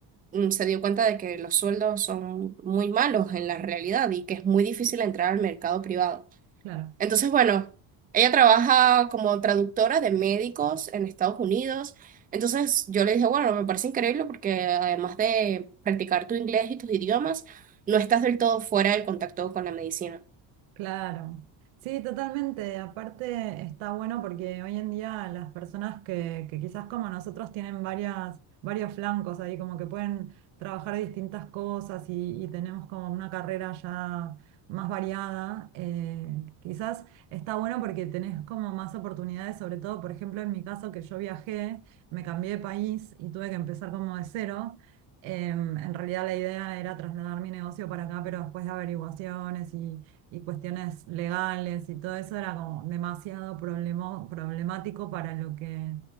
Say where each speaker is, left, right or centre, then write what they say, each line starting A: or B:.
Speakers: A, on the right; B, on the right.
A: mm, se dio cuenta de que los sueldos son muy malos en la realidad y que es muy difícil entrar al mercado privado.
B: claro.
A: Entonces, bueno, ella trabaja como traductora de médicos en Estados Unidos. Entonces, yo le dije, bueno, me parece increíble porque además de practicar tu inglés y tus idiomas, no estás del todo fuera del contacto con la medicina.
B: Claro, sí, totalmente. Aparte está bueno porque hoy en día las personas que, que quizás como nosotros tienen varias, varios flancos ahí, como que pueden trabajar distintas cosas y, y tenemos como una carrera ya más variada, eh, quizás está bueno porque tenés como más oportunidades, sobre todo, por ejemplo, en mi caso que yo viajé, me cambié de país y tuve que empezar como de cero. Em, en realidad la idea era trasladar mi negocio para acá, pero después de averiguaciones y y cuestiones legales y todo eso era como demasiado problemo- problemático para lo que,